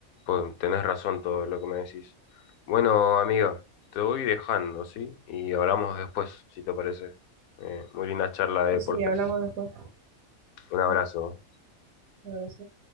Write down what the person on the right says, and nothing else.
Sí,
sí, hablamos después.
¿no? Un abrazo.